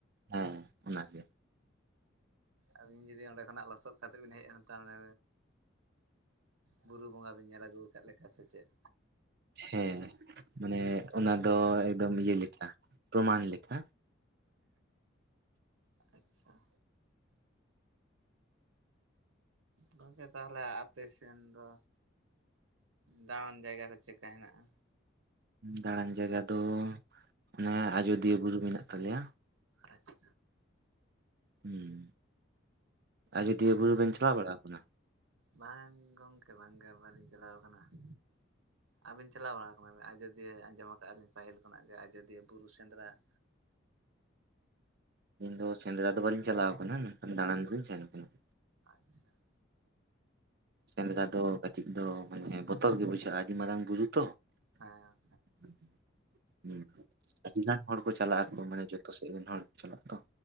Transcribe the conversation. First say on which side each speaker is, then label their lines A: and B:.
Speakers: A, on the right; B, on the right.
A: ᱦᱮᱸ ᱚᱱᱟᱜᱮ
B: ᱟᱹᱵᱤᱱ ᱡᱩᱫᱤ ᱚᱸᱰᱮ ᱠᱷᱚᱱᱟᱜ ᱞᱚᱥᱚᱫ ᱠᱟᱛᱮ ᱵᱤᱱ ᱦᱮᱡ ᱛᱟᱦᱚᱞᱮᱼᱼ ᱵᱩᱨᱩ ᱵᱚᱸᱜᱟ ᱵᱤᱱ ᱧᱮᱞ ᱟᱹᱜᱩ ᱟᱠᱟᱫ ᱞᱮᱠᱟ ᱥᱮ ᱪᱮᱫ?
A: ᱦᱮᱸ ᱢᱟᱱᱮ ᱚᱱᱟ ᱫᱚ ᱮᱠᱫᱚᱢ ᱤᱭᱟᱹ ᱞᱮᱠᱟ ᱯᱨᱚᱢᱟᱱ ᱞᱮᱠᱟ᱾
B: ᱟᱪᱷᱟ ᱾ ᱜᱚᱝᱠᱮ ᱛᱟᱦᱚᱞᱮ ᱟᱯᱮ ᱥᱮᱱ ᱫᱚ ᱫᱟᱬᱟᱱ ᱡᱟᱭᱜᱟ ᱠᱚ ᱪᱮᱠᱟ ᱦᱮᱱᱟᱜᱼᱟ?
A: ᱫᱟᱬᱟᱱ ᱡᱟᱭᱜᱟ ᱫᱚ ᱚᱱᱮ ᱟᱡᱚᱫᱤᱭᱟᱹ ᱵᱩᱨᱩ ᱢᱮᱱᱟᱜ ᱛᱟᱞᱮᱭᱟ᱾
B: ᱟᱪᱷᱟ᱾
A: ᱦᱸ ᱟᱡᱚᱫᱤᱭᱟᱹ
B: ᱛᱟᱦᱚᱞᱮ
A: ᱵᱩᱨᱩ ᱵᱮᱱ ᱪᱟᱞᱟᱣ ᱵᱟᱲᱟ ᱟᱠᱟᱱᱟ?
B: ᱵᱟᱝ ᱜᱚᱢᱠᱮ ᱵᱟᱝᱜᱮ ᱵᱟᱞᱤᱧ ᱪᱟᱞᱟᱣ ᱠᱟᱱᱟ ᱾ ᱟᱹᱵᱤᱱ ᱪᱟᱞᱟᱣ ᱵᱟᱲᱟ ᱟᱠᱟᱱᱟ ᱟᱡᱚᱫᱤᱭᱟᱹ ᱟᱸᱡᱚᱢ ᱟᱠᱟᱫᱼᱟ ᱞᱤᱧ ᱯᱟᱹᱦᱤᱞ ᱠᱷᱚᱱᱟᱜ ᱜᱮ ᱟᱡᱚᱫᱤᱭᱟᱹ ᱵᱩᱨᱩ ᱥᱮᱸᱫᱽᱨᱟ ᱾
A: ᱤᱧ ᱫᱚ ᱥᱮᱸᱫᱽᱨᱟ ᱫᱚ ᱵᱟᱟᱹᱞᱤᱧ ᱪᱟᱞᱟᱣ ᱟᱠᱟᱱᱟ ᱢᱮᱱᱠᱷᱟᱱ ᱫᱟᱬᱟᱱ ᱫᱚᱞᱤᱧ ᱥᱮᱱ ᱟᱠᱟᱱᱟ ᱾
B: ᱟᱪᱷᱟ ᱾
A: ᱥᱮᱱᱫᱨᱟ ᱫᱚ ᱠᱟᱹᱴᱤᱡ ᱫᱚ ᱢᱟᱱᱮ ᱵᱚᱛᱚᱨ ᱜᱮ ᱵᱩᱡᱷᱟᱹᱜᱼᱟ ᱟᱹᱰᱤ ᱢᱟᱨᱟᱝ ᱵᱩᱨᱩ ᱛᱚ ᱾
B: ᱦᱮᱸ
A: ᱦᱮᱸ ᱾ ᱦᱸ ᱟᱹᱰᱤ ᱜᱟᱱ ᱦᱚᱲ ᱠᱚ ᱪᱟᱞᱟᱜ ᱟᱠᱚ ᱢᱟᱱᱮ ᱡᱚᱛᱚ ᱥᱮᱫ ᱨᱮᱱ ᱦᱚᱲ ᱠᱚ ᱪᱟᱞᱟᱜᱼᱟᱛᱚ